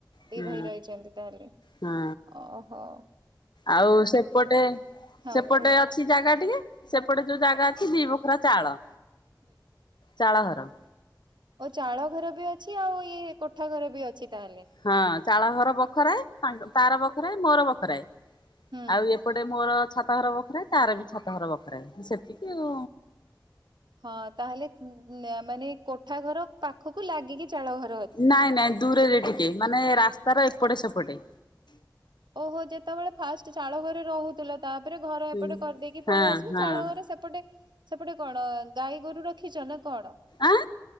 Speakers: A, on the left; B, on the right.
A: ହୁଁ
B: ଦି ଭାଇ ରହିଛନ୍ତି ତାହେଲେ
A: ହଁ
B: ଓହୋ।
A: ଆଉ ସେପଟେ
B: ହଁ
A: ସେପଟେ
B: କୁହ
A: ଅଛି। ଚି ଜାଗା ଟିକେ ସେପଟେ ଯୋଉ ଜାଗା ଅଛି ଦି ବୋଖରା ଚାଳ।
B: ହୁଁ।
A: ଚାଳଘର।
B: ଓ ଚାଳ ଘର ବି ଅଛି ଆଉ ଇଏ କୋଠା ଘର ବି ଅଛି ତାହେଲେ।
A: ହଁ ଚାଳ ଘର ବଖରାଏ ତାର ବଖରାଏ ମୋର ବଖରାଏ।
B: ହୁଁ
A: ଆଉ ଏପଟେ ମୋର ଛାତଘର ବଖରାଏ ତାର ବି ଛାତଘର ବଖରାଏ ସେତିକି ଆଉ।
B: ହଁ ତାହେଲେ ମାନେ କୋଠା ଘର ପାଖକୁ ଲାଗିକି ଚାଳଘର।
A: ନାଇଁ ନାଇଁ ଦୂରରେ ଟିକେ ମାନେ ରାସ୍ତାର ଏପଟେ ସେପଟେ।
B: ଓହୋ ଯେତେବେଳେ ଫାଷ୍ଟ ଚାଳ ଘରେ ରହୁଥିଲ। ତାପରେ ଘର
A: ହୁଁ।
B: ଏପଟେ କରିଦେଇକି
A: ହଁ
B: ପଳେଇ ଆସିଲି
A: ହଁ
B: ଚାଳ ଘରେ ସେପଟେ। ସେପଟେ କଣ ଗାଈ ଗୋରୁ ରଖିଛ ନା କଣ
A: ଆଁ